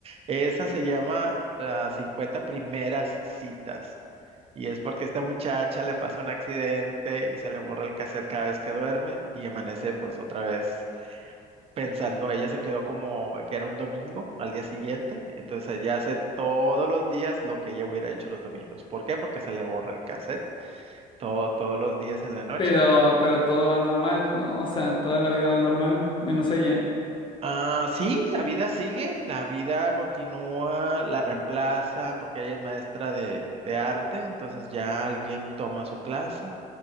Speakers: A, on the right (about 35°); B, on the left (about 30°).
A: Esa se llama Las 50 primeras citas. Y es porque esta muchacha le pasa un accidente y se le borra el cassette cada vez que duerme y amanece pues otra vez pensando, ella se quedó como que era un domingo al día siguiente, entonces ella hace todos los días lo que ella hubiera hecho los domingos. ¿Por qué? Porque se le borra el cassette todo, todos los días en la noche.
B: Pero, pero todo va normal, ¿no? O sea, toda la vida va normal, menos ella.
A: Ah, sí, la vida sigue, la vida continúa, la reemplaza, porque ella es maestra de, de arte, entonces ya alguien toma su clase,